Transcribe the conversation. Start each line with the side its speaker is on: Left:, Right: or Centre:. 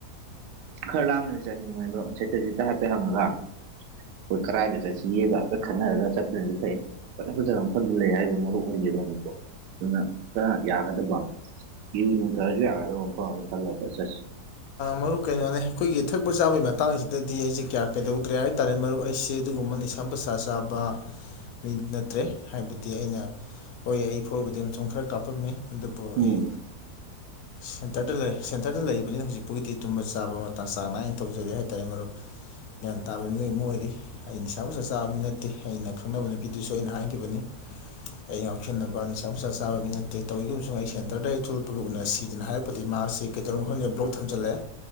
Right: ꯈꯔ ꯂꯥꯞꯅ ꯆꯠꯅꯤꯡꯕꯅꯤ ꯑꯗꯣ ꯁꯦꯇꯔꯖꯤꯠꯇ ꯍꯥꯏꯐꯦꯠ ꯍꯪꯉꯒ ꯑꯩꯈꯣꯏ ꯀꯔꯥꯏꯗ ꯆꯠꯁꯤꯒꯦꯗꯣ ꯑꯝ ꯈꯟꯅꯔꯒ ꯆꯠꯄꯅꯗꯤ ꯐꯩ꯫ ꯐꯖ ꯐꯖꯕ ꯃꯐꯝꯒꯤ ꯂꯩ ꯍꯥꯏꯔꯤꯕ ꯃꯔꯨꯞ ꯑꯣꯏꯒꯤ ꯑꯗꯣꯝꯒꯤꯀꯣ ꯑꯗꯨꯅ ꯈꯔ ꯌꯥꯒꯗꯕ꯫ ꯌꯨ ꯅꯣꯡ ꯊꯥꯛꯑꯁꯨ ꯌꯥꯒꯗꯕ ꯃꯐꯝ ꯑꯃ ꯈꯜꯂꯒ ꯐꯖꯟ ꯆꯠꯁꯦ꯫
Left: ꯃꯔꯨꯞ ꯀꯩꯅꯣꯅꯦ ꯑꯩꯈꯣꯏꯒꯤ ꯊꯛꯄ ꯆꯥꯕꯒꯤ ꯃꯇꯥꯡꯁꯤꯗꯗꯤ ꯑꯩꯁꯦ ꯀꯌꯥ ꯀꯩꯗꯧꯗ꯭ꯔꯦ ꯍꯥꯏ꯫ ꯇꯔꯥꯏ ꯃꯔꯨꯞ ꯑꯩꯁꯦ ꯑꯗꯨꯒꯨꯝꯕ ꯅꯤꯁ ꯄꯣꯠꯁꯥ ꯆꯥꯕ꯫ ꯃꯤ ꯅꯠꯇ꯭ꯔꯦ ꯍꯥꯏꯕꯗꯤ ꯑꯩꯅ ꯍꯣꯏ ꯑꯩ ꯐꯨꯔꯕꯨꯗꯤ ꯃꯇꯝ ꯈꯔ ꯀꯥꯞꯄꯝꯃꯤ꯫ ꯑꯗꯨꯕꯨ
Right: ꯎꯝ
Left: ꯑꯩ ꯁꯦꯟꯇꯔꯗ ꯁꯦꯟꯇꯔꯗ ꯂꯩ꯫ ꯄꯨꯗꯤ ꯍꯧꯖꯤꯛ ꯄꯥꯎꯒꯤꯗꯤ ꯇꯨꯝꯕ ꯆꯥꯕ ꯃꯇꯥꯡ ꯆꯥꯡ ꯅꯥꯏꯅ ꯊꯧꯖꯒꯦ ꯍꯥꯏꯇꯥꯔꯦ ꯃꯔꯨꯞ꯫ ꯒ꯭ꯌꯥꯟ ꯇꯥꯕ ꯃꯤꯑꯣꯏ ꯑꯃ ꯑꯣꯏꯔꯤ ꯑꯩ ꯅꯤꯁꯥ ꯁꯥ ꯆꯥꯕ ꯃꯤ ꯅꯠꯇꯦ ꯑꯩꯅ ꯈꯪꯅꯕ ꯅꯨꯄꯤꯗꯨꯁꯨ ꯑꯩꯅ ꯍꯥꯏꯈꯤꯕꯅꯤ꯫ ꯑꯩ ꯉꯥꯎꯁꯟꯅꯕ ꯅꯤꯁꯥ ꯄꯨꯁꯥ ꯆꯥꯕ ꯃꯤ ꯅꯠꯇꯦ ꯇꯧꯈꯤꯕ ꯑꯩ ꯁꯦꯟꯇꯔꯗꯩ ꯊꯣꯛꯂꯛꯄꯒ ꯎꯅꯁꯤ꯫ ꯑꯗꯨꯅ ꯍꯥꯏꯔꯛꯄꯗꯤ ꯃꯍꯥꯛꯁꯤ ꯀꯩꯗꯧꯔꯝꯅꯣ ꯈꯪꯗꯦ ꯕ꯭ꯂꯣꯛ ꯊꯝꯖꯤꯜꯂꯛꯑꯦ꯫